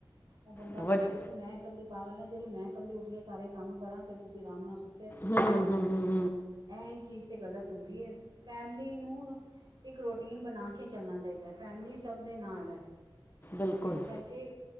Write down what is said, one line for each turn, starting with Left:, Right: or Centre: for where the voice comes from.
Right: ਔ ਬੰਦਾ
Left: ਬਹੁਤ
Right: ਕਹੇਗਾ ਕਿ ਮੈਂ ਕੱਲੀ ਪਾਗਲ ਆਂ ਜਿਹੜੀ ਮੈਂ ਕੱਲੀ ਊਠ ਕੇ ਸਾਰੇ ਕੰਮ ਕਰਾਂ ਤੇ ਆਰਾਮ ਨਲ ਸੁ
Left: ਹੁੰ ਹੁੰ ਹੁੰ ਹੁੰ।
Right: ਇਹ ਹੀ ਚੀਜ਼ ਤੇ ਗਲਤ ਹੁੰਦੀ ਏ। ਫੈਮਲੀ ਨੂੰ ਇੱਕ ਰੋਟੀਨ ਬਣਾ ਕੇ ਚਲਣਾ ਚਾਹੀਦ ਫੈਮਲੀ ਸਭ ਦੇ ਨਾਲ ਏ।
Left: ਬਿਲਕੁਲ
Right: ਇਸ ਕਰਕੇ